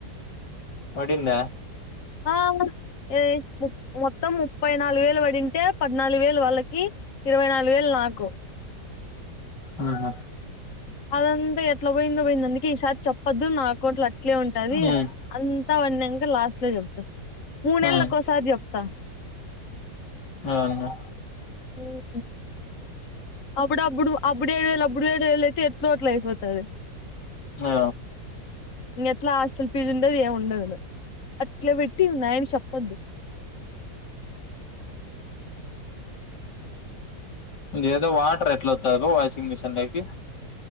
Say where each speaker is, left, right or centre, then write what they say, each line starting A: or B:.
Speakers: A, on the left; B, on the left.
A: పడింద
B: ఆ. ఏ ముప్ మొత్తం ముప్పై నాలుగు వేలు పడింటే, పద్నాలుగు వేలు వాళ్ళక్ కీ ఇరవై నాలుగు వేలు నాకు.
A: మ్హు
B: అదంతా ఎట్ల పోయిందో పోయింది. అందుకే, ఈసారి చెప్పద్దు నా అకౌంట్ల అట్లే ఉంటది.
A: ఉమ్
B: అన్ త పడినంక లాస్ట్ లో చెప్తా. మూనెల్లకోసారి
A: ఉమ్
B: చెప్తా.
A: అవునా
B: మ్ ఉ అబ్బుడబ్బుడు అబ్బుడు ఏడు వేలు అబ్బుడు ఏడు వెలు అయితే ఎట్లో అ అట్లయిపోతాది.
A: ఆ
B: ఇంగెట్లా హాస్టల్ ఫీజు ఉండదు. ఏం ఉండదు. అట్లే పెట్టి ఉన్నాయని చెప్పద్దు.
A: ఇదేదో వాటర్ ఎట్లొత్తాయి పా వాషింగ్ మిషిన్ లేకి